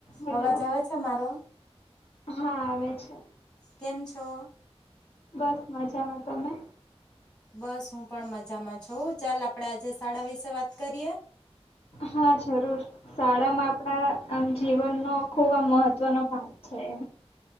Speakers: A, on the left; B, on the left.
A: Hello
B: અવાજ આવે છે મારો
A: હા આવે છે
B: કેમ છો
A: બસ મજામાં તમે
B: બસ હું પણ મજામાં છું ચાલ આપડે આજે શાળા વિશે વાત કરીએ
A: હા જરૂર શાળામાં આપડા આમ જીવનનો ખુબ આમ મહત્વનો ભાગ છે એમ